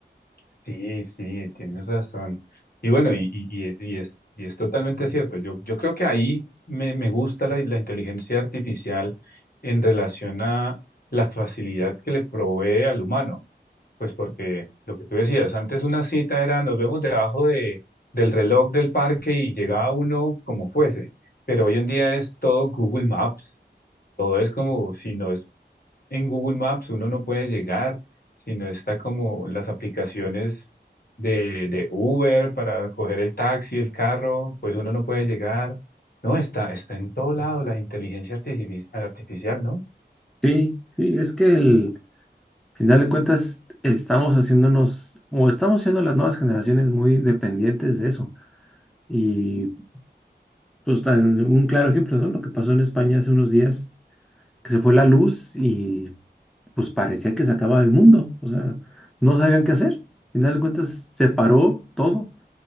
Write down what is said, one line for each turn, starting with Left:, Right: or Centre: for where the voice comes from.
Left: Sí, sí, tienes razón. Y bueno, y, y, y- y es, y es totalmente cierto. Yo, yo creo que ahí me, me gusta la, la inteligencia artificial en relación a la facilidad que le provee al humano. Pues porque lo que tú decías, antes una cita era nos vemos debajo de, del reloj del parque y llegaba uno como fuese. Pero hoy en día es todo Google Maps. Todo es como si no es en Google Maps uno no puede llegar, sino está como las aplicaciones de, de Uber para coger el taxi, el carro, pues uno no puede llegar. No, está, está en todo lado la inteligencia artifici- artificial, ¿no?
Centre: Sí, sí, es que el al final de cuentas estamos haciéndonos, o estamos siendo las nuevas generaciones muy dependientes de eso. Y pues tan un claro ejemplo, ¿no? Lo que pasó en España hace unos días, que se fue la luz y pues parecía que se acababa el mundo. O sea, no sabían qué hacer. Al final de cuentas, se paró todo,